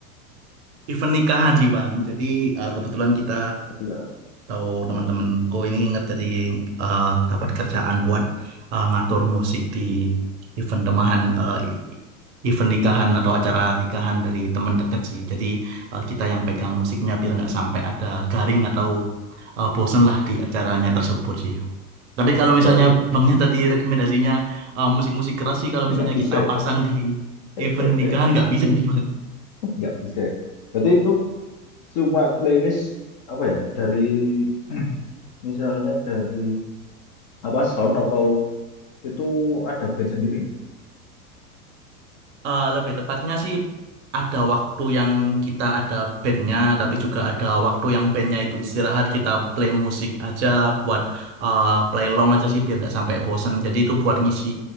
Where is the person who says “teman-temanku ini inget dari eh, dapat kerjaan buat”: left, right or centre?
Right